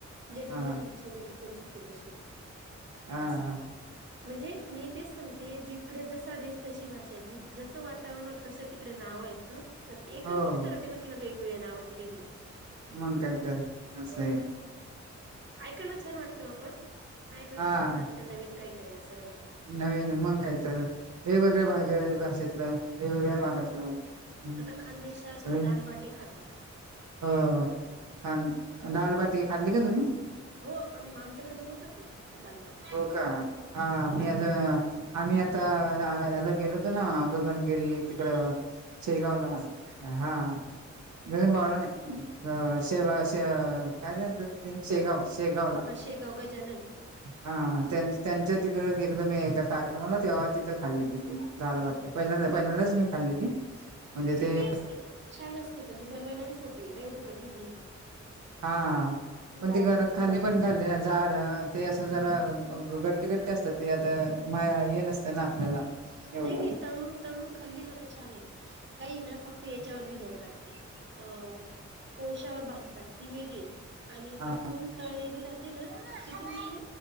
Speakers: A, on the right; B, on the right.
A: ज्याची
B: हा
A: जशी इच्छा ज्याची परिस्थिती तशी
B: हा
A: आस
B: हा
A: म्हणजे मी तेच सांगते जिकडं, जसा देश तशी भाषा जसं वाट वातावरणात तस तिकडे नावं आहेत, पण एकच
B: हो
A: गोष्ट राहते पण तिला वेगवेगळे नावं दिलेली आहेत.
B: मग काय तर आस ए?
A: ऐकायला छान वाटतं, ओ पण ऐकायला
B: हा
A: छान वाटतं नवीन काहीतरी असं राहिला का?
B: नवीन मंग काहीतर वेगवेगळ्या भाग भाषेतलं वेगवेगळ्या
A: हं
B: भागातलं हम्म
A: आता खानदेशात
B: सगळे
A: दालबाटी खातात
B: हो छान डालबाटी खाल्ली का तुम्ही?
A: हो आमच्याकडे बनवतात ना दालबाटी,
B: हो का मी
A: बाटी
B: आज हा आम्ही आता ह्याला गेलो होतो, ना गगनगिरी तिकडं शेगावला हा. गगनबावडा नाही, अं शेेवाग शे कायतर म्हणत्यात ते शेगाव, शेगाव ला
A: हा शेगाव गजानन
B: हा त्यां त्यांच्या तिकडं गेलो होतो मी एका कार्यक्रमाला तेव्हा तिथं खाल्लेली ती दाल
A: हं
B: बाटी
A: हं.
B: पहिल्यांदा पहिल्यांदाच मी खाल्लेली म्हणजे
A: सोपी
B: ते
A: असते ओ छान असते पण ती बनवायलाही सोपी आहे काय एवढी कठीण नाही ती
B: हा पण
A: जाड
B: ते घरात
A: फक्त
B: खाल्ली
A: गव्हाचं
B: पण खाल्ली
A: पीठ
B: जाड ते असं जरा गट्टे गट्टे असतात ते आता माया हे नसतं ना आपल्याला एवढं
A: नाही नाही तळून तळून खाल्ली ना ते छान येते काये ना फक्त याच्यावर भिजवतात ते अ कोळश्यावर भाजतात ती वेगळी आणि
B: हा
A: कापून तळलेली राहतेे ना ती तुम्ही